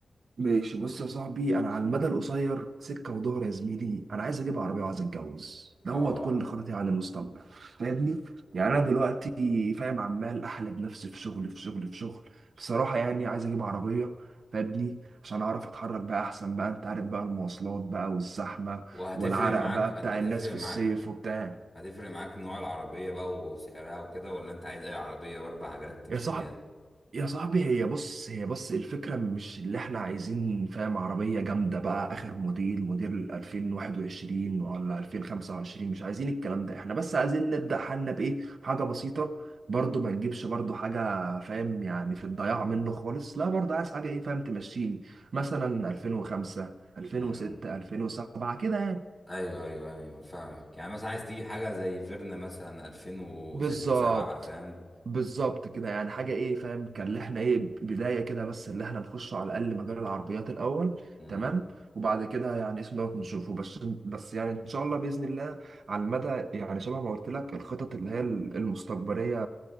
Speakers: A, on the right; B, on the left.
A: ماشي بص يا صاحبي انا على المدى القصير سكه ودهر يا زميلي انا عايز اجيب عربيه وعايز اتجوز دوت
B: اه
A: كل خططي عن المستقبل فاهمني يعني
B: اه
A: انا دلوقتي فاهم عمال احلب نفسي في شغل في شغل في شغل بصراحه يعني عايز اجيب عربيه فاهمني عشان اعرف اتحرك بقى احسن بقى انت عارف بقى المواصلات بقى والزحمه
B: وهتفرق
A: والعرق
B: معاك
A: بقى
B: هت-
A: بتاع
B: هتفرق
A: الناس في
B: معاك
A: الصيف وبتاع
B: هتفرق معاك نوع العربية بقى وسعرها وكده ولا انت عايز اي عربية باربع عجلات تمشي
A: يا صاحبي
B: بيها
A: يا صاحبي هي بص هي بص الفكرة مش اللي احنا عايزين فاهم عربية جامدة بقى آخر موديل موديل 2021 ولا 2025 مش عايزين الكلام ده احنا بس عايزين نبدأ حالنا بإيه حاجة بسيطة برضو ما تجيبش برضو حاجة فاهم يعني في الضياع منه خالص لا برضو عايز حاجة إيه فاهم تمشيني مثلا 2005 2006
B: امم.
A: 2007 كده يعني
B: ايوه ايوه ايوه فاهمك يعني مثلا عايز تجيب حاجه زي فيرنا مثلا 2006
A: بالظبط
B: 7 فاهم
A: بالظبط كده يعني حاجة ايه فاهم كان اللي احنا ايه بداية كده بس اللي احنا نخش على الأقل مجال العربيات الأول
B: مم،
A: تمام وبعد كده يعني اسم دوت نشوفه بس بس يعني إن شاء الله بإذن الله على المدى يعني شبه ما قلت لك الخطط اللي هي المستقبلية